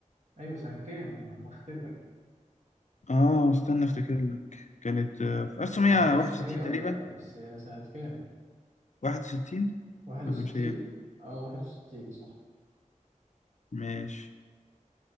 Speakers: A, on the right; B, on the left.
A: أيوة سنة كام أنا بختبرك
B: آه استنى أفتكر لك كانت آه، في 1961
A: أنا معرفش هي ولا
B: تقريبا
A: لأ بس هي سنة كام
B: 61
A: واحد وستين
B: ولا مش هي؟
A: أو واحد وستين صح
B: ماشي